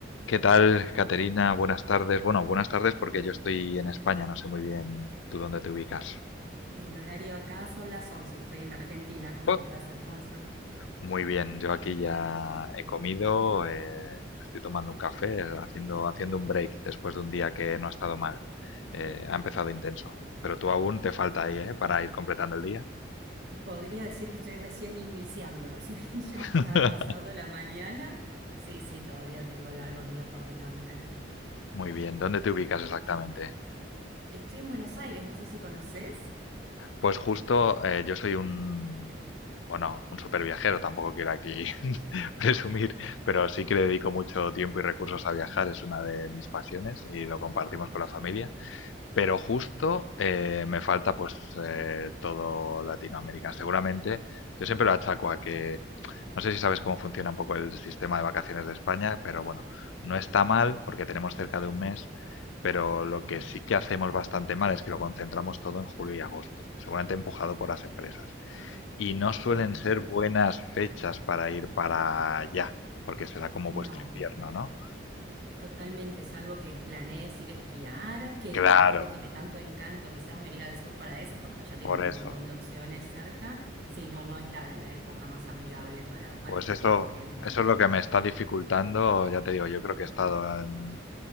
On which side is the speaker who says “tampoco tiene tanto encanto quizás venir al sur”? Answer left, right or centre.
Right